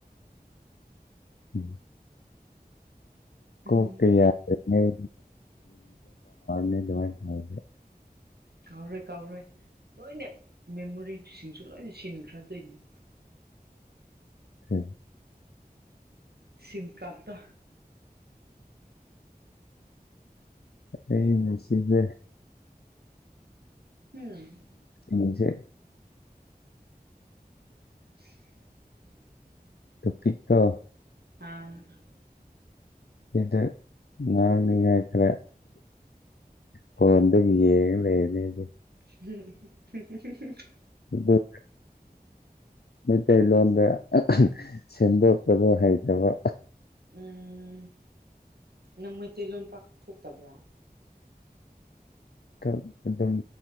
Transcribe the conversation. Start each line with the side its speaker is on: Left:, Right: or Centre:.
Left: ꯎꯝ ꯀꯣ
Right: ꯎꯝ
Left: ꯌꯥ ꯀꯔ ꯇꯦ
Right: ꯀꯥꯎꯔꯣꯏ ꯀꯥꯎꯔꯣꯏ ꯂꯣꯏꯅ ꯃꯦꯃꯣꯔꯤꯁꯤꯡꯁꯨ ꯂꯣꯏꯅ ꯁꯤꯟꯈ꯭ꯔꯗꯣꯏꯅꯤ
Left: ꯍꯝ
Right: ꯁꯤꯜꯀꯥꯞꯇ
Left: ꯑꯩ ꯃꯁꯤꯁꯤꯗꯦ
Right: ꯎꯝ
Left: ꯑꯁꯦ
Right: <unintelligible>
Left: ꯇ ꯄꯀ
Right: ꯑ
Left: ꯁꯤꯇ ꯉꯔ ꯃꯤ ꯀꯥꯏꯈ꯭ꯔꯦ ꯐꯣꯟꯗ ꯌꯦꯡꯉ ꯂꯩ ꯂꯩꯗꯤ
Right: ꯊꯦꯦ ꯊꯦ ꯊꯦꯦ
Left: ꯔ ꯃꯩꯇꯩ ꯂꯣꯟꯗ ꯁꯦꯝꯗꯣꯛꯄꯗꯣ ꯍꯩꯇꯕ
Right: ꯎꯝ ꯅꯪ ꯃꯩꯇꯩ ꯂꯣꯟ ꯄꯥꯛ ꯊꯣꯛꯇꯕ꯭ꯔꯥ
Left: ꯇ ꯑꯦꯗꯝꯝ